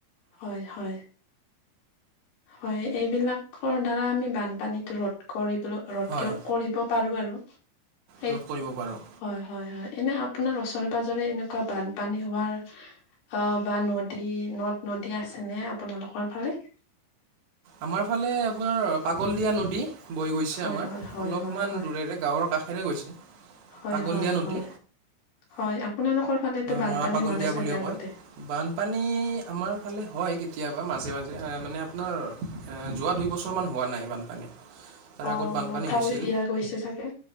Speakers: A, on the left (about 60°); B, on the right (about 65°).
A: হয় হয় হয় এইবিলাকৰ দ্বাৰা আমি বানপানীটো ৰধ কৰিব ৰধ
B: হয়
A: কে ৰধ কৰিব পাৰোঁ আৰু সেই
B: ৰোধ কৰিব পাৰোঁ
A: হয় হয় হয় এনে আপোনাৰ ওচৰে পাজৰে এনেকুৱা বানপানী হোৱাৰ অহ বা নদী নদ নদী আছেনে আপোনালোকৰ ফালে
B: আমাৰ ফালে আপোনাৰ পাগল দিয়া নদী বৈ গৈছে
A: হয়
B: আমাৰ
A: হয় হয়
B: অলপমান
A: হয় হয়
B: দূৰেৰে গাঁৱৰ কাষেৰে গৈছে
A: হয়
B: পাগলদিয়া
A: হয়
B: নদী
A: হয় হয় আপোনালোকৰ ফালেতো বানপানী
B: মৰা পাগলদিয়া
A: হোৱা নাই চাগে
B: বুলিও
A: আগতে
B: কয় বানপানী আমাৰ ফালে হয় কেতিয়াবা মাজে মাজে মানে আপোনাৰ যোৱা দুই বছৰমান হোৱা নাই বানপানী তাৰ
A: অ
B: আগত বানপানী
A: মথাউৰি
B: হৈছিল
A: দিয়া গৈছে চাগে